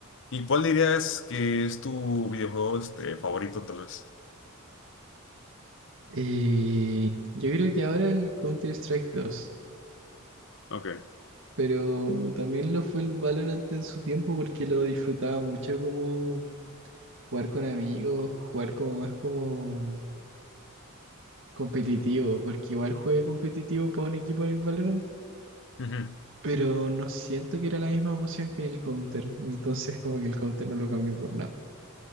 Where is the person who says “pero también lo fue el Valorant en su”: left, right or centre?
Right